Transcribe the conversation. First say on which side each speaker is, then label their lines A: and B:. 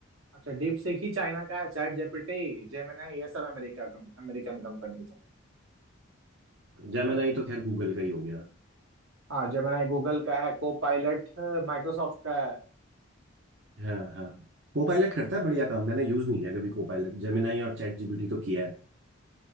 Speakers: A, on the right (about 70°); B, on the right (about 55°).
A: अच्छा डीप सीक ही चाइना का है चैट जीपीटी जेमिनाई ये सब अमेरिका कम, अमेरिकन कंपनीज है
B: जेमिनाई तो खैर गूगल का ही हो गया
A: हाँ जेमिनाई गूगल का है Copilot माइक्रोसॉफ्ट का है
B: हाँ हाँ को पायलट करता है बढ़िया काम मैंने यूज नहीं किया कभी को पायलट जेमिनाई और चैट जीपीटी तो किया है